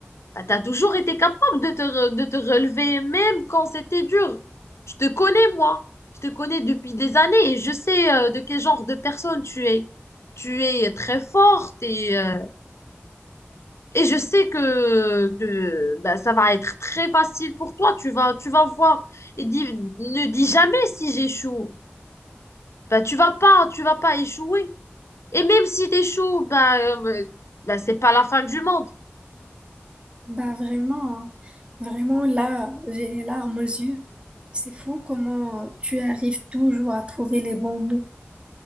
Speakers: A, on the left; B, on the right.
A: Bah, t'as toujours été capable de te, re- de te relever, même quand c'était dur. Je te connais, moi. Je te connais depuis des années et je sais euh, de quel genre de personne tu es. Tu es très forte et... euh, et je sais que, que, ben, ça va être très facile pour toi. Tu vas, tu vas voir. Et dis- ne dis jamais si j'échoue. Ben, tu vas pas, tu vas pas échouer. Et même si t'échoues, ben, euh, ben, c'est pas la fin du monde.
B: Bah vraiment, hein. vraiment là, j'ai les larmes aux yeux. C'est fou comment tu arrives toujours à trouver les bons mots.